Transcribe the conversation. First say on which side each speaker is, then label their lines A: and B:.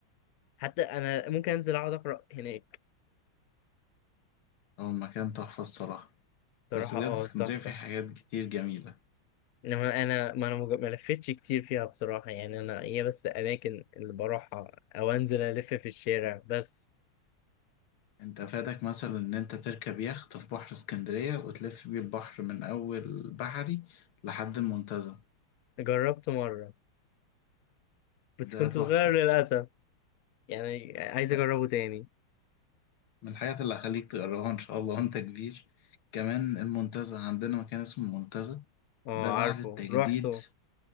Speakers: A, on the left; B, on the left.
A: حتى انا ممكن انزل اقعد اقرا هناك
B: هو المكان تحفة الصراحة
A: بصراحة
B: بس بجد
A: اه
B: اسكندرية
A: تحفة
B: فيه حاجات كتير جميلة
A: انما انا ما انا مج- ما لفتش كتير فيها بصراحه يعني انا هي بس اماكن اللي بروحها او انزل الف في الشارع بس
B: انت فاتك مثلا ان انت تركب يخت في بحر اسكندرية وتلف بيه البحر من اول بحري لحد المنتزه
A: جربت مره بس
B: ده
A: كنت
B: تحفة
A: صغير للاسف يعني عايز
B: لا
A: اجربه تاني
B: من الحاجات اللي هخليك تجربها ان شاء الله وانت كبير كمان المنتزه عندنا مكان اسمه المنتزه
A: اه
B: ده بعد
A: عارفه
B: التجديد
A: روحته